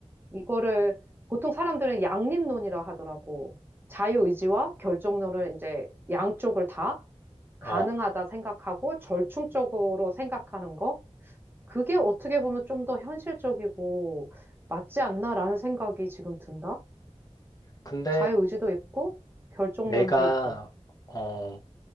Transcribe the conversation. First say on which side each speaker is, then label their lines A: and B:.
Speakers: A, on the right; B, on the left.
A: 이거를 보통 사람들은 양립론이라 하더라고. 자유의지와 결정론을 이제 양쪽을 다 가능하다
B: 어,
A: 생각하고 절충적으로 생각하는 거? 그게 어떻게 보면 좀 더 현실적이고 맞지 않나라는 생각이 지금 든다?
B: 근데
A: 자유의지도 있고 결정론도
B: 내가,
A: 있고
B: 어,